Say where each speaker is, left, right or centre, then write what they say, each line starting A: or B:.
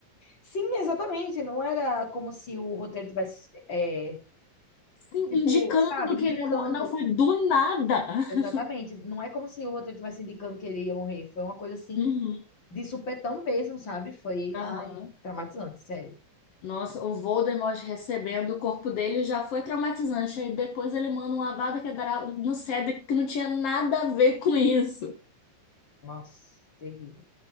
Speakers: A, on the left; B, on the left.
A: Sim, exatamente, não era como se o roteiro tivesse, é,
B: Sim,
A: tipo,
B: indicando
A: sabe, indicando.
B: que ele ia mor- Não, foi do nada. <laughs>
A: Exatamente, não é como se o roteiro tivesse indicando que ele ia morrer, foi uma coisa assim,
B: Uhum.
A: de supetão mesmo, sabe? Foi,
B: Aham.
A: ai, traumatizante, sério.
B: Nossa, o Voldemort recebendo o corpo dele já foi traumatizante. Aí depois ele manda uma vada que dará no Cedric que não tinha nada a ver com isso.
A: Nossa, terrível.